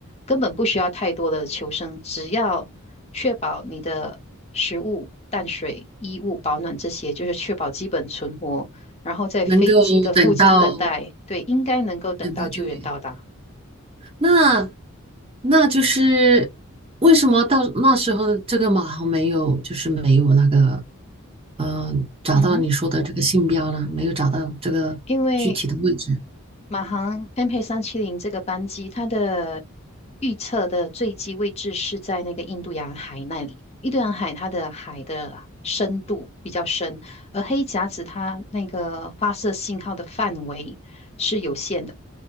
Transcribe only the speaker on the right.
能够等到。
等待救援。那那就是为什么到那时候的这个马航没有，就是没有那个，嗯、找到你说的这个信标呢？
没有找到这个具体的位置。